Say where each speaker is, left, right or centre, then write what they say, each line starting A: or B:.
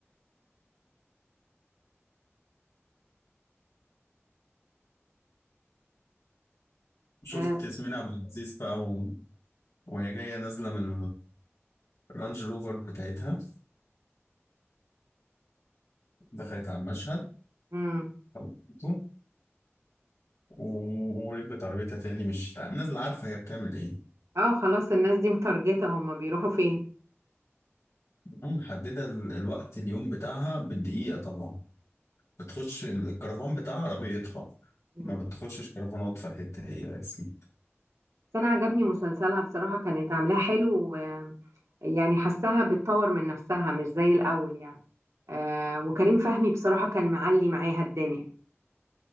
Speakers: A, on the left; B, on the right.
A: شفت
B: اه
A: ياسمين عبد العزيز بقى وهي جاية نازلة من الرانج روفر بتاعتها دخلت على المشهد
B: مم.
A: خبطته، و- وركبت عربيتها تاني مش نازلة عارفة هي بتعمل ايه
B: آه، خلاص الناس دي متارجتة هم بيروحوا فين
A: محددة ال- الوقت اليوم بتاعها بالدقيقة طبعا بتخش ال- الكرفان بتاع عربيتها
B: مم.
A: ما بتخشش كرفانات في حتة هي رسمي
B: بس انا عجبني مسلسلها بصراحة كانت عاملاه حلو آه، يعني حسها بتطور من نفسها مش زي الاول يعني آه وكريم فهمي بصراحة كان معلي معاها الدنيا